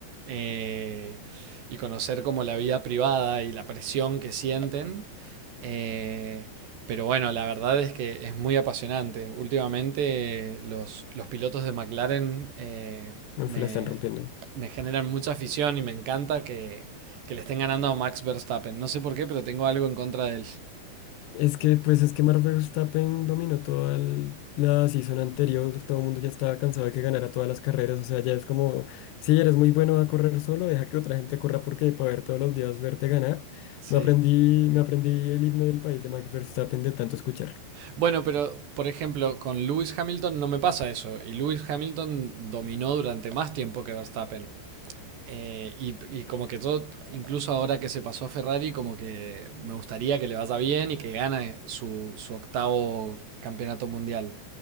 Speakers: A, on the right; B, on the left.
A: eh, y conocer como la vida privada y la presión que sienten. Eh, pero bueno, la verdad es que es muy apasionante. Últimamente eh, los, los pilotos de McLaren eh,
B: Me
A: me,
B: la están rompiendo.
A: me generan mucha afición y me encanta que, que le estén ganando a Max Verstappen. No sé por qué, pero tengo algo en contra de él.
B: Es que, pues es que Max Verstappen dominó toda el- la season anterior, todo el mundo ya estaba cansado de que ganara todas las carreras, o sea, ya es como, si eres muy bueno a correr solo, deja que otra gente corra porque para ver todos los días verte ganar,
A: Sí.
B: me aprendí, me aprendí el himno del país de Max Verstappen de tanto escucharlo.
A: Bueno, pero por ejemplo, con Lewis Hamilton no me pasa eso. Y Lewis Hamilton dominó durante más tiempo que Verstappen. Eh, y, y como que todo, incluso ahora que se pasó a Ferrari, como que me gustaría que le vaya bien y que gane su, su octavo campeonato mundial.